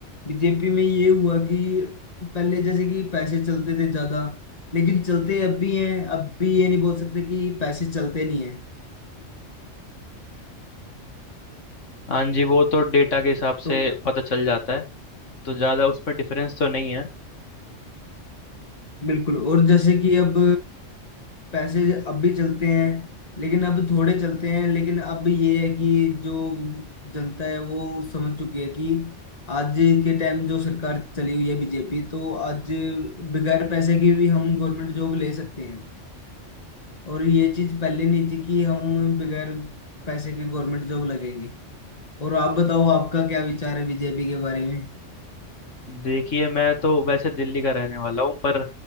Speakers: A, on the left; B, on the left.
A: बीजेपी में ये हुआ कि पहले जैसे कि पैसे चलते थे ज्यादा लेकिन चलते अब भी हैं अब भी ये नहीं बोल सकते कि पैसे चलते नहीं है
B: हाँ जी वो तो डेटा के हिसाब से
A: तो
B: पता चल जाता है तो ज्यादा उस पर डिफरेंस तो नहीं है
A: बिल्कुल और जैसे कि अब पैसे अब भी चलते हैं लेकिन अब थोड़े चलते हैं लेकिन अब ये है कि जो जनता है वो समझ चुकी है कि आज के टाइम जो सरकार चली हुई है बीजेपी तो आज बगैर पैसे की भी हम गवर्नमेंट जॉब ले सकते हैं और ये चीज पहले नहीं थी कि हम बगैर पैसे के गवर्नमेंट जॉब लगेंगे और आप बताओ आपका क्या विचार है बीजेपी के बारे में
B: देखिए मैं तो वैसे दिल्ली का रहने वाला हूँ पर